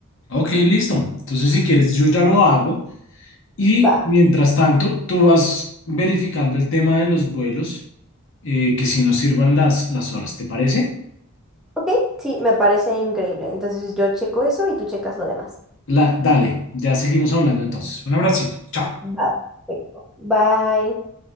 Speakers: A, on the left (about 60°); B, in the centre.
A: Ok, listo. Entonces, si quieres, yo ya lo hago. Y
B: Va.
A: mientras tanto, tú vas verificando el tema de los vuelos, eh, que si nos sirvan las, las horas, ¿te parece?
B: Ok, sí, me parece increíble. Entonces yo checo eso y tú checas lo demás.
A: La, dale, ya seguimos hablando entonces. Un abracito, chao.
B: Va. Perfecto. Bye.